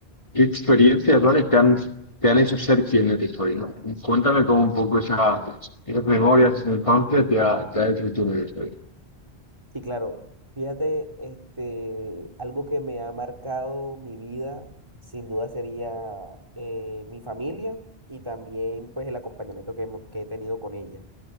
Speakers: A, on the left; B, on the right.
A: qué experiencias, ¿vale? Te han, te han hecho ser quien eres hoy, ¿no? Cuéntame como un poco esa, esas memorias de tu infancia te ha, te ha hecho quien eres hoy.
B: Sí, claro. Fíjate, este, algo que me ha marcado mi vida, sin duda sería eh, mi familia y también pues el acompañamiento que, hemo- que he tenido con ella.